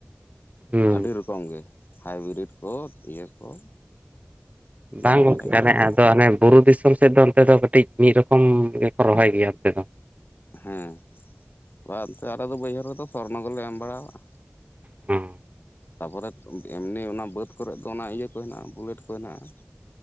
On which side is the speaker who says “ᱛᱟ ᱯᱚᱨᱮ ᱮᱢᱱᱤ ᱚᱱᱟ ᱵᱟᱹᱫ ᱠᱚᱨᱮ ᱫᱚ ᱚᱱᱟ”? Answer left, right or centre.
Left